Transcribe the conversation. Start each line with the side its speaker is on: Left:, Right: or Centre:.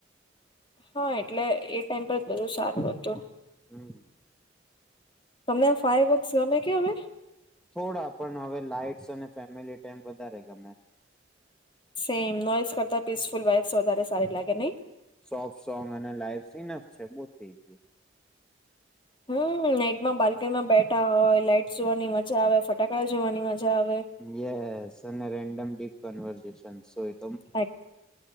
Left: હા એટલે એ ટાઈમ પર બધું સારું હતું.
Centre: હમ.
Left: તમને ફાયર વક્સ ગમે કે હવે.
Centre: થોડા પણ હવે લાઈટ્સ અને ફેમિલી ટાઈમ વધારે ગમે.
Left: સેમ નોઈસ કરતા પીસફુલ વાઇફ્સ વધારે સારી લાગે નહી
Centre: સોફ્ટ સોંગ અને લાઈવ સિનફ છે બહ થઇ ગયું.
Left: હમ નાઈટમાં બાલ્કની માં બેઠા હોય લાઈટ્સ જોવાની મજા આવે, ફટાકડા જોવાની મજા આવે
Centre: યસ, અને રેન્ડમ ક્લિક કન્વર્સેશન. તનસો એક.
Left: એક